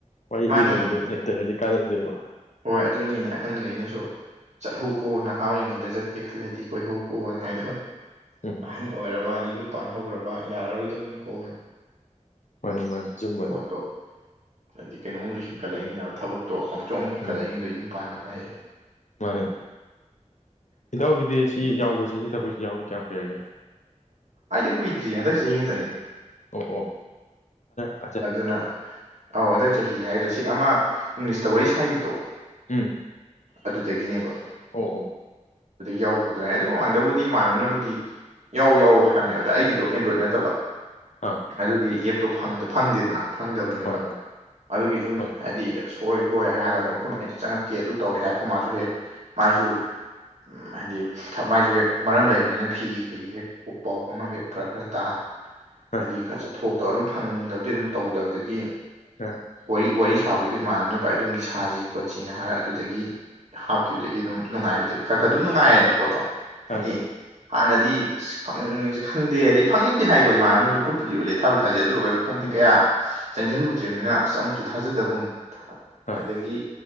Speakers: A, on the left; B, on the right.
A: ꯋꯥꯔꯤ
B: ꯃꯥꯅꯤ
A: ꯂꯤꯅꯕꯗꯣ ꯂꯩꯇ꯭ꯔꯦꯗꯤ ꯀꯥꯟꯅꯗꯦꯕ
B: ꯍꯣꯏ ꯑꯗꯨꯅꯤꯅꯦ ꯑꯍꯟꯈꯩꯅꯁꯨ ꯆꯠꯍꯧꯀꯣꯅ ꯅꯍꯥ ꯑꯣꯢꯔꯤꯉꯩꯗ ꯆꯠꯀꯦ ꯈꯜꯂꯗꯤ ꯀꯣꯏꯍꯧ ꯀꯣꯅ ꯍꯥꯏꯗꯣ
A: ꯎꯝ
B: ꯑꯍꯟ ꯑꯣꯏꯔꯕ ꯑꯗꯩ ꯌꯨꯝ ꯄꯥꯟ ꯍꯧꯈ꯭ꯔꯕ ꯌꯥꯔꯔꯣꯏꯗꯧꯅꯤꯀꯣ
A: ꯃꯥꯅꯦ ꯃꯥꯅꯦ ꯆꯨꯝꯕꯅꯦ
B: ꯄꯣꯠꯇꯣ ꯍꯥꯏꯗꯤ ꯀꯩꯅꯣꯝ ꯍꯦꯟꯀꯠꯂꯛꯏꯅꯤꯕ ꯊꯕꯛꯇꯣ ꯑꯃꯨꯛꯁꯨ ꯑꯃꯨꯛ ꯍꯦꯟꯀꯠꯂꯛꯏꯅꯤꯗꯣ
A: ꯎꯝ
B: ꯌꯨꯝ ꯄꯥꯟꯕ ꯀꯥꯏꯗꯦ
A: ꯃꯥꯅꯦ ꯏꯇꯧꯒꯤꯗꯤ ꯁꯤ ꯌꯥꯎꯕꯁꯦ ꯁꯤ ꯊꯕꯛꯁꯤ ꯌꯥꯎꯕ ꯀꯌꯥꯝ ꯀꯨꯏꯔꯒꯦ
B: ꯑꯩꯗꯤ ꯀꯨꯏꯗ꯭ꯔꯤ ꯍꯟꯗꯛ ꯆꯍꯤ ꯈꯛꯇꯅꯦ
A: ꯑꯣ ꯑꯣ ꯍꯥꯟꯗꯥꯛ
B: ꯑꯗꯨꯅ ꯑꯧ ꯍꯟꯗꯛ ꯆꯍꯤ ꯍꯥꯏꯒꯗ꯭ꯔꯥ ꯁꯤ ꯑꯃ ꯏꯪꯂꯤꯁꯇ ꯋꯥꯔꯤ ꯁꯥꯈꯤꯕꯗꯣ
A: ꯎꯝ
B: ꯑꯗꯨꯗꯒꯤꯅꯦꯕ
A: ꯑꯣ ꯑꯣ
B: ꯌꯥꯎ ꯄꯨꯗꯥꯏ ꯑꯗꯨ ꯃꯃꯥꯡꯗꯕꯨꯗꯤ ꯏꯃꯥꯟꯅꯕꯅꯕꯨꯗꯤ ꯌꯥꯎ ꯌꯥꯎ ꯍꯥꯏꯕꯅꯦꯕ ꯑꯗ ꯑꯩꯒꯤꯗꯣ ꯑꯦꯟꯗ꯭ꯔꯣꯏꯗ ꯅꯠꯇꯕ
A: ꯑꯥ
B: ꯑꯗꯨꯒꯤ ꯑꯦꯞꯇꯣ ꯐꯪꯗ ꯐꯪꯗꯦꯗꯅ ꯐꯪꯗꯕꯅꯦꯕ
A: ꯍꯣꯏ ꯍꯣꯏ
B: ꯑꯗꯨꯒꯤ ꯁꯨꯝ
A: ꯍꯣꯏ
B: ꯍꯥꯏꯗꯤ ꯁꯣꯏ ꯍꯣꯏ ꯍꯥꯏꯔꯒ ꯑꯗꯨꯝ ꯑꯩꯈꯣꯏ ꯃꯥꯏꯗ ꯆꯪꯉꯛꯀꯦ ꯑꯗꯨ ꯇꯧꯒꯦ ꯍꯥꯏꯔ ꯈꯣ ꯃꯥꯁꯨ ꯍꯦꯛ ꯃꯥꯥꯖꯨ ꯎꯝ ꯍꯥꯏꯗꯤ ꯊ ꯃꯥꯏꯁꯨ ꯍꯦꯛ ꯃꯔꯝ ꯂꯩꯕꯅꯤꯅ ꯐꯤꯒꯤ ꯀꯩꯒꯤ ꯍꯦꯛ ꯄꯥꯎ ꯐꯥꯎꯅꯕ ꯍꯦꯛ ꯐꯔꯛ ꯈꯔ ꯇꯥ
A: ꯑꯥ
B: ꯑꯗꯨꯏ ꯈꯔ ꯆꯠꯊꯣꯛꯇꯕ ꯑꯗꯨꯝ ꯐꯪꯗꯕꯗꯤ ꯑꯗꯨꯝ ꯇꯧꯗꯕꯗꯒꯤ
A: ꯑ
B: ꯋꯥꯔꯤ ꯋꯥꯔꯤ ꯁꯥꯕꯒꯤꯗꯣ ꯏꯃꯥꯟꯅꯕꯅ ꯚꯥꯏ ꯑꯗꯣꯝꯗꯤ ꯁꯥꯁꯤ ꯈꯣꯠꯁꯤꯅ ꯍꯥꯏꯔ ꯑꯗꯨꯗꯒꯤ ꯍꯥꯞꯈꯤꯕꯗꯒꯤ ꯑꯗꯨꯝ ꯅꯨꯡꯉꯥꯏꯕꯗ ꯈꯔ ꯈꯔ ꯗꯨꯝ ꯅꯨꯡꯉꯥꯏꯌꯦꯅ ꯄꯣꯠꯇꯣ꯫
A: ꯑꯥ
B: ꯍꯥꯏꯗꯤ
A: ꯑꯥ
B: ꯍꯥꯟꯅꯗꯤ ꯑꯁ ꯐꯪꯉꯤꯖꯨ ꯈꯪꯗꯦ ꯍꯥꯏꯗꯤ ꯐꯪꯉꯤꯕꯨꯗꯤ ꯍꯥꯏꯀꯣ ꯏꯃꯥꯟꯅꯕꯅ ꯑꯗꯨꯝ ꯎꯠꯄꯨꯗꯤ ꯎꯠꯂꯦ ꯊꯥ ꯊꯥꯖꯩ ꯑꯗꯨ ꯑꯣꯏꯔꯒꯁꯨ ꯈꯪꯗꯦ
A: ꯎꯝ
B: ꯀꯌꯥ ꯆꯪꯖꯜꯂꯨꯗ꯭ꯔꯤꯕꯅꯤꯅ ꯑꯁ ꯑꯃꯨꯛꯁꯨ ꯊꯥꯖꯗꯕꯒꯨꯝ
A: ꯑꯥ
B: ꯑꯗꯒꯤ